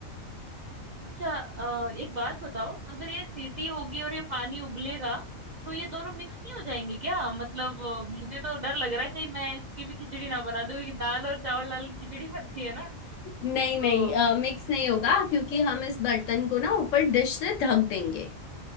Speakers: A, on the right; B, on the left.
A: अच्छा अ, एक बात बताओ अगर ये सीटी होगी और ये पानी उबलेगा तो ये दोनों मिक्स नहीं हो जाएंगे क्या मतलब अ, मुझे तो डर लग रहा है कहीं मैं इसकी भी खिचड़ी ना बना दूं क्योंकि दाल और चावल दाल की खिचड़ी <laughs> बनती है ना
B: नहीं
A: तो
B: नहीं मिक्स नहीं होगा क्योंकि हम इस बर्तन को ना ऊपर डिश से ढक देंगे